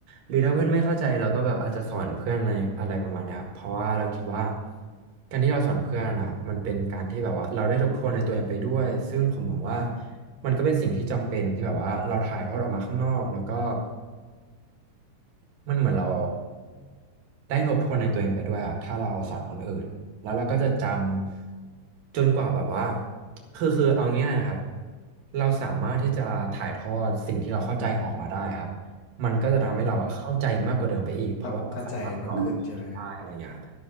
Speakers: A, on the right; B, on the left.
A: หรือถ้าเพื่อนไม่เข้าใจเราก็แบบอาจจะสอนเพื่อนอะไรอะไรประมาณเนี้ยครับเพราะว่าเราคิดว่าการที่เราสอนเพื่อนอ่ะมันเป็นการที่แบบว่าเราได้ทบทวนในตัวเองไปด้วยซึ่งผมมองว่ามันก็เป็นสิ่งที่จำเป็นที่แบบว่าเราถ่ายทอดออกมาข้างนอกแล้วก็ มันเหมือนเราได้ทบทวนในตัวเองไปด้วยครับถ้าเราสอนคนอื่นแล้วเราก็จะจำจนกว่าแบบว่าคือคือเอาง่ายๆนะครับเราสามารถที่จะถ่ายทอดสิ่งที่เราเข้าใจออกมาได้ครับมันก็จะทำให้เราอะเข้าใจมากกว่าเดิมไปอีกเพราะว่าเราสามารถสอนคนอื่นได้อะไรอย่างเงี้ยครับ
B: เข้าเข้าใจมากขึ้นใช่ไหมฮะ